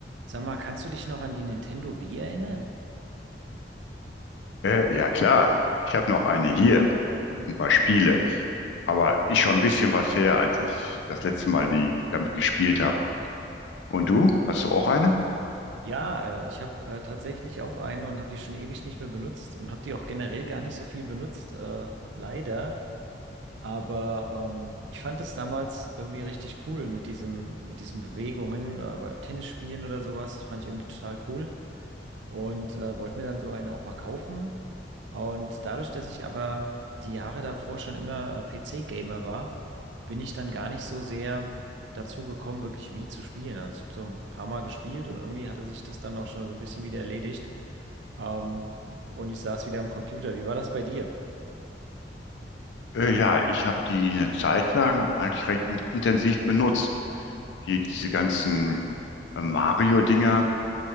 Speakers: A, on the right; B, on the left.
A: Sag mal, kannst du dich noch an die Nintendo Wii erinnern?
B: Äh, ja klar, ich habe noch eine hier und ein paar Spiele, aber ist schon ein bisschen was her, als ich das letzte Mal die damit gespielt habe. Und du, hast du auch eine?
A: Ja, äh, ich habe äh, tatsächlich auch eine und habe die schon ewig nicht mehr benutzt und habe die auch generell gar nicht so viel benutzt, äh, leider. Aber ähm, ich fand das damals irgendwie richtig cool mit diesem, mit diesen Bewegungen, äh, bei Tennisspielen oder sowas. Das fand ich irgendwie total cool und äh, wollte mir dann so eine auch mal kaufen. Und dadurch, dass ich aber die Jahre davor schon immer äh, PC-Gamer war, bin ich dann gar nicht so sehr dazu gekommen, wirklich Wii zu spielen. Also ich habe so ein paar Mal gespielt und irgendwie hatte sich das dann auch schon so ein bisschen wieder erledigt. Ähm, und ich saß wieder am Computer. Wie war das bei dir?
B: Äh, ja, ich habe die eine Zeit lang eigentlich recht in intensiv benutzt. Hier diese ganzen äh, Mario-Dinger,